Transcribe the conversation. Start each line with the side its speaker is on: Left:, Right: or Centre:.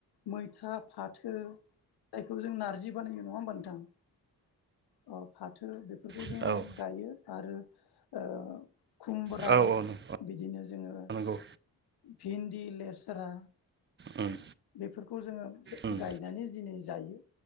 Left: मैथा फाथो जायखौ जों नारजि बानायो नङा होमबा नोंथां अ फाथ थो बेफोरखौ
Right: औ
Left: जोङो गायो। आरो ओ खुमब्रा
Right: औ औ नं औ
Left: बिदिनो जोङो ओ
Right: नंगौ
Left: भिन्दि लेस्रा
Right: उम
Left: बेफोरखौ जोङो जा
Right: उम
Left: गायनानै दिनै जायो